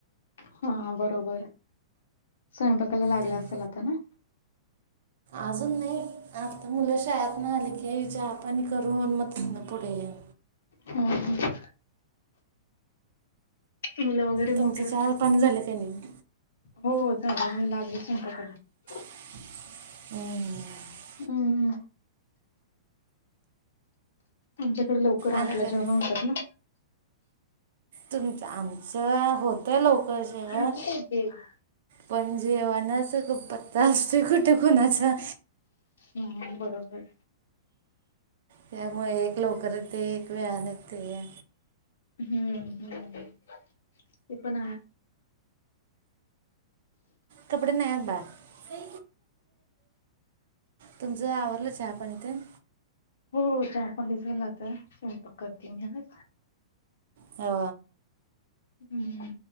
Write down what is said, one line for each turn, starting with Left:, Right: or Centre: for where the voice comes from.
Left: हा बरोबर. स्वयंपाकाला लागला
Right: तर
Left: असेल आता ना
Right: अजून नाही. आता मुल शाळेतन आले की चहा पाणी करून मग तितन पुढ हे
Left: हम् हम् मुल वगैरे
Right: तुमचं
Left: मोठे असतील.
Right: चहा पाणी झालं का नाही
Left: हो झाला मी लागलीच नंतर कऱणार.
Right: हम्म.
Left: हम्म् आमच्याकड लवकर आठला
Right: आणि काय
Left: जेवण होतात ना
Right: तुमच आमच होतय लवकर. जेवण
Left: ह <unintelligible>
Right: पण जेवनाचा पत्ता असतोय कुठे कोणाचा
Left: हम् बरोबर.
Right: त्यामुळे एक लवकर येते एक वेळान येतय
Left: हम्म हम् ते पण आहे.
Right: कपडे नाही आहेत बाळा तुमच आवरल चहा पाणी तेन
Left: हो चहा पाणी झाल आता स्वयंपाक करते मी आज
Right: हा
Left: हम्म